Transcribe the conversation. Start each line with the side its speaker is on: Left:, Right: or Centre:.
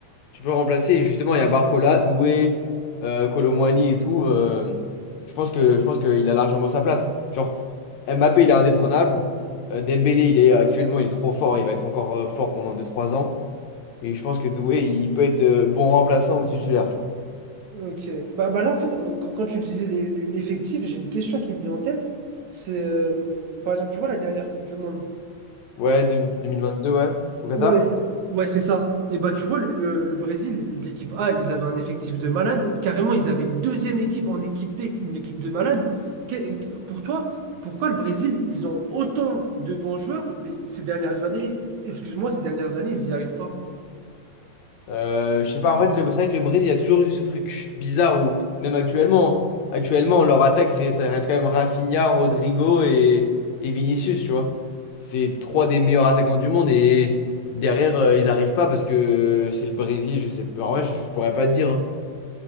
Left: Tu peux le remplacer. Et justement, il y a Barcola, Doué, euh, Kolo Muani et tout. euh, je pense que, je pense qu'il a largement sa place. Genre, Mbappé, il est indétrônable. Euh, Dembélé, il est actuellement, il est trop fort. Il va être encore euh, fort pendant deux trois ans. Et je pense que Doué, il peut être euh, bon remplaçant ou titulaire, tu vois.
Right: ok. Bah, bah là, en fait, euh, quand, quand tu disais les- les- l'effectif, j'ai une question qui me vient en tête. C'est, euh, par exemple, tu vois la dernière Coupe du Monde.
Left: Ouais, deux- 2022, ouais, au Qatar.
Right: Ouais, ouais, c'est ça. Et bah, tu vois, le, le- le Brésil, l'équipe A, ils avaient un effectif de malade. Carrément, ils avaient une deuxième équipe en équipe B, une équipe de malade. Que- Pour toi, pourquoi le Brésil, ils ont autant de bons joueurs, mais ces dernières années, excuse-moi, ces dernières années, ils n'y arrivent pas.
Left: Euh, je sais pas, en fait, le, c'est vrai que le Brésil, il y a toujours eu ce truc bizarre où, même actuellement, actuellement, leur attaque, c'est, ça reste quand même Rafinha, Rodrigo et, et Vinicius, tu vois. C'est trois des meilleurs attaquants du monde et derrière, euh, ils arrivent pas parce que c'est le Brésil, je sais pas. En vrai, je, je pourrais pas te dire. hein.